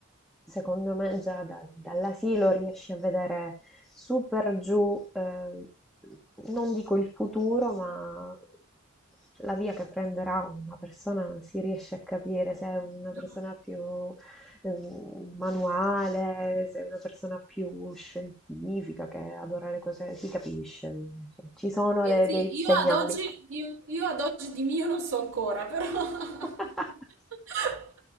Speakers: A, in the centre; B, on the right (about 80°).
A: secondo me già da- dall'asilo riesci a vedere super giù, eh, non dico il futuro, ma la via che prenderà una persona, si riesce a capire se è una
B: No.
A: persona più ehm, manuale, se è una persona più scientifica che adora le cose, si capisce, cioè, ci sono
B: Eh,
A: de-
B: sì,
A: dei
B: io
A: segnali.
B: ad oggi, io, io ad oggi di mio non so ancora, però... <laughs>
A: <laughs>